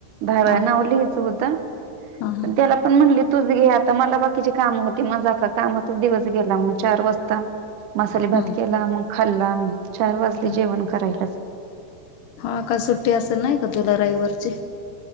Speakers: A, on the right; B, on the left.
A: भाव
B: हा
A: नाव लिहायचं होत
B: हा हा
A: पण त्याला पण म्हणली तूच घे आता मला बाकीची काम होती मग जा का कामातच दिवस गेला मग चार वाजता मसाले
B: हा
A: भात केला मग खाल्ला म चार वाजले
B: हा.
A: जेवण करायला
B: हा का सुट्टी असेल नाही का तुला रविवारची